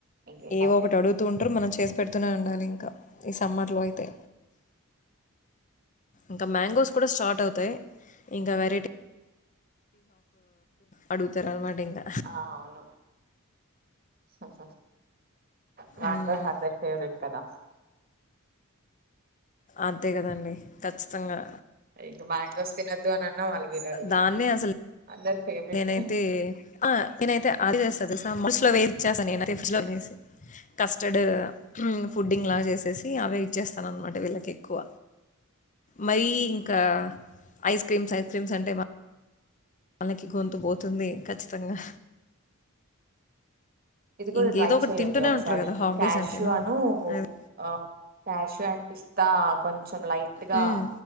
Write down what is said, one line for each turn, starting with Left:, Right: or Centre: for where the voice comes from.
Right: ఇంకేంటి
Left: ఏవొ
Right: అయితే
Left: ఒకటి అడుగుతూ ఉంటుర్, మనం చేసి పెడ్త్ తూనే ఉండాలి ఇంకా. ఈ సమ్మర్లో అయితే, ఇంకా మ్యాంగోస్ కూడా స్టార్ట్ అవుతాయి, ఇంకా వెరైటీ, అడుగుతారు అనమాట ఇంకా
Right: అవును. సఫ మ్యాంగోస్
Left: మ్మ్.
Right: అందరి ఫేవరెట్ కదా.
Left: అంతే కదండి, ఖచ్చితంగా.
Right: ఇంక మ్యాంగోస్ తినొద్దు అన్ అన్నా, వాళ్ళు వినరు.
Left: దాన్నే అసలు
Right: అందరి ఫేవరెట్
Left: నేనైతే ఆ నేనైతే అది చేస్తా తెలుసా మోస్లవే ఇచ్చాసా నే డ్జ్ లో కస్టర్డ్ ఫుడ్ంగ్ లా చేసేసి అవే ఇచ్చేస్తాను అ మాట వీళ్ళకి ఎక్కువ మరీ ఇంకా ఐస్ క్రీమ్స్ ఐస్ క్రీమ్స్ అంటే వళ్లకి గొంతు పోతుంది ఖచ్చితంగా
Right: ఇది కూడా
Left: ఇంకేదో
Right: ట్రై
Left: ఒకటి
Right: చెయండి
Left: తింటూనే
Right: ఒకసారి
Left: ఉంటారు గదా! హాఫ్
Right: క్యాష్యూ
Left: డేస్ అంటేను.
Right: అను
Left: అది.
Right: ఆ క్యాషు అండ్ పిస్తా చెం లైట్ గా
Left: హ్మ్.